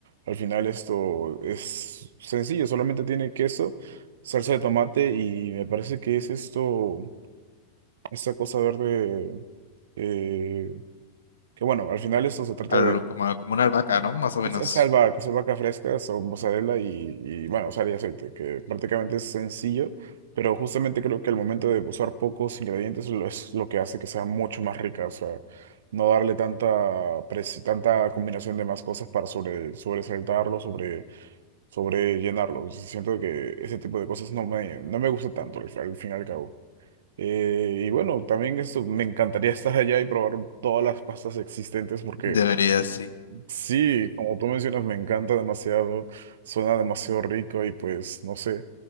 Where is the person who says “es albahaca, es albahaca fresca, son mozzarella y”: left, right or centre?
Right